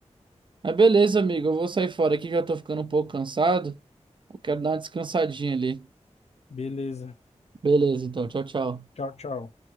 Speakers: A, on the right; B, on the left.
A: Mas beleza, amigo, eu vou sair fora aqui, já tô ficando um pouco cansado. Eu quero dar uma descansadinha ali.
B: Beleza.
A: Beleza, então, tchau, tchau.
B: Tchau, tchau.